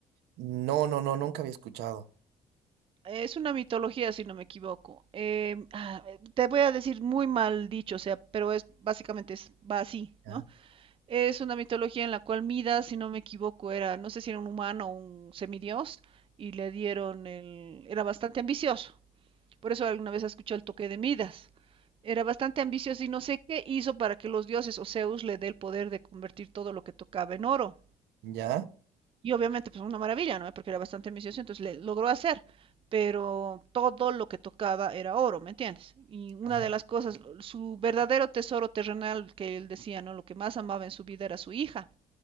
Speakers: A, on the right; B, on the right.
A: no, no, no, nunca había escuchado.
B: Es una mitología, si no me equivoco. Eh, ah, te voy a decir muy mal dicho, o sea, pero es básicamente es, va así,
A: Ya,
B: ¿no? Es una mitología en la cual Midas, si no me equivoco, era, no sé si era un humano o un semidios, y le dieron el... era bastante ambicioso. Por eso alguna vez escuchado el toque de Midas. Era bastante ambicioso y no sé qué hizo para que los dioses o Zeus le dé el poder de convertir todo lo que tocaba en oro.
A: ya,
B: Y obviamente, pues una maravilla, ¿no? Porque era bastante ambicioso, entonces le logró hacer, pero todo lo que tocaba era oro, ¿me entiendes? Y una
A: ah,
B: de las cosas, su verdadero tesoro terrenal que él decía, ¿no? Lo que más amaba en su vida era su hija.